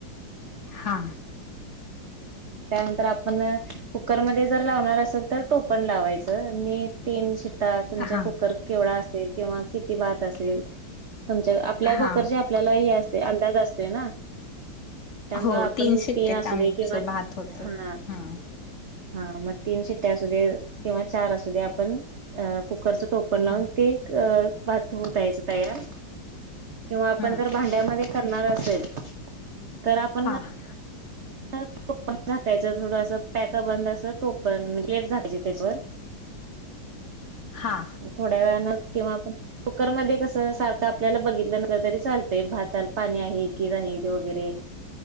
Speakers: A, on the left; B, on the right.
A: हा.
B: मग त्यानंतर आपण कुकरमध्ये जर लावणार असेल तर टोपण लावायच. आणि तीन शिट्टा तुमच्या
A: हा
B: कुकर केवढा असेल किंवा किती भात असेल आपल्या
A: हा
B: कुकरचे आपल्याला हे असते अंदाज असतोय ना. त्यामुळे
A: हो
B: आपण
A: शिट्टेत
B: तीन असू
A: आमचं
B: दे किंवा
A: भात होते
B: हा
A: हम्म
B: हा मग तीन शिट्ट्या असू दे किंवा चार असू दे आपण अ कुकरचं टोपण लावून
A: हम्म
B: ते भात हु द्यायचं तयार. किंवा आपण
A: हम्म
B: जर भांड्यामध्ये करणार असेल तर आपण
A: रा <inaudible>
B: टोपण झाकायचं थोडं असं पॅक बंद अस टोपण म्हणजे प्लेट झाकायची त्याच्यावर.
A: हा.
B: थोड्या वेळान किंवा कुकरमध्ये कस सारख आपल्याला बघितलं नस तरी चालत भातात पाणी आहे की नाही ते वगैरे